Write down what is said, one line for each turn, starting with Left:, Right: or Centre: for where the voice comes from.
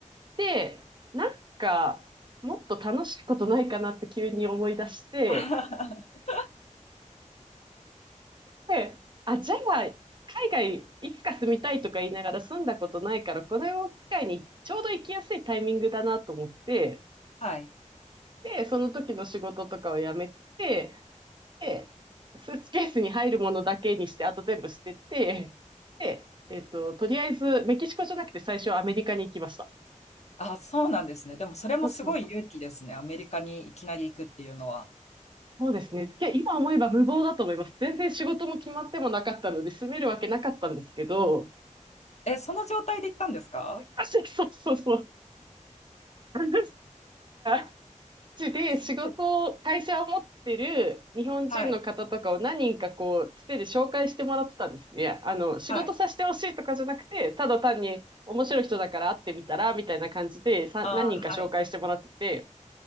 Right: で、なんか、もっと楽しいことないかなって急に思い出して、
Left: <laughs> あ
Right: で、あ、じゃあ、海外いつか住みたいとか言いながら住んだことないから、これを機会にちょうど行きやすいタイミングだなと思って、
Left: はい。
Right: で、その時の仕事とかを辞めて、で、スーツケースに入るものだけにして、あと全部捨てて、で、えっと、とりあえずメキシコじゃなくて最初はアメリカに行きました。
Left: あ、そうなんですね。でもそれもすごい勇気ですね。
Right: そうそう
Left: アメリカにいきなり行くっていうのは。
Right: そうですね。け今思えば無謀だと思います。全然仕事も決まってもなかったので、住めるわけなかったんですけど、
Left: え、その状態で行ったんですか
Right: <laughs> そうそうそう。なんか、ちで仕事を、
Left: すごい。
Right: 会社を持ってる日本人の方とかを何人かこう、
Left: <laughs> はい。
Right: つてで紹介してもらってたんですね。あの、仕事させてほしいとかじゃなくて、
Left: はい。
Right: ただ単に面白い人だから会ってみたら、みたいな感じでさ、
Left: あー、
Right: 何人か紹介してもらってて、
Left: はい。